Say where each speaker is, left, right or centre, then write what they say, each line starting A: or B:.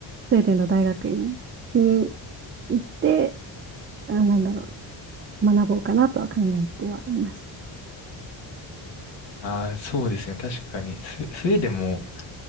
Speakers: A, on the right (about 25°); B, on the left (about 65°).
A: スウェーデンの大学院に行って、あ、なんだろう、学ぼうかなとは考えてはいました。
B: <laughs> ああ、そうですね。確かに。ス、スウェーデンも